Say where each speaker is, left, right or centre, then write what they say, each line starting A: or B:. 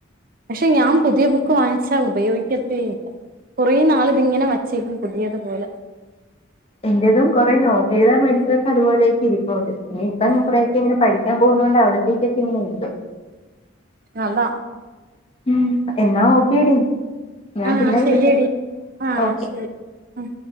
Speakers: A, on the right (about 45°); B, on the left (about 30°).
A: പക്ഷെ ഞാൻ പുതിയ ബുക്ക് വാങ്ങിച്ചാ ഉപയോഗിക്കത്തെ ഇല്ല്യ കുറേ നാൾ ഇതിങ്ങനെ വച്ചേക്കും പുതിയത് പോലെ
B: എന്റതും കുറെ നോട്ട് എഴുതാൻ മേടിച്ചതൊക്ക അപോലെയക്ക ഇരുപ്പോണ്ട് ഇനി ഇപ്പ
A: ഉം
B: കുറേയ ക്കെ ഇ പഠിക്ക ഞാൻ പൊന്നോണ്ട് അവിടത്തേക്കക്കെ ഇങ്ങനെ എഴുത്തു
A: അല്ല
B: ഉം എന്നാ ഓക്കേടി ഞാൻ
A: ആഹ്
B: പിന്നെ
A: ശരിയടി
B: വിളിക്കാം
A: ആഹ
B: ഓക്കെ
A: ശരി ആ